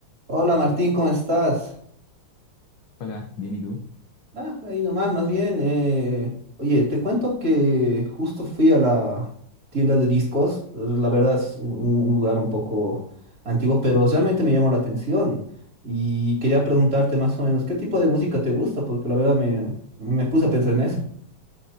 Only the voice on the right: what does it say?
Hola Martín, ¿cómo estás?
Ah, ahí nomás, más bien. eh, Oye, te cuento que justo fui a la tienda de discos. La verdad es un un lugar un poco antiguo, pero realmente me llamó la atención. Y quería preguntarte más o menos, ¿qué tipo de música te gusta? Porque la verdad me, me puse a pensar en eso.